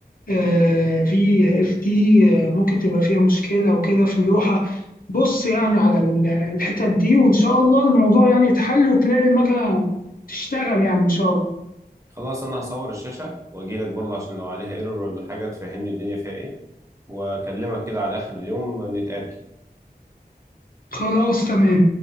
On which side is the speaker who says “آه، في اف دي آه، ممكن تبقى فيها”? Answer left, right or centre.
Left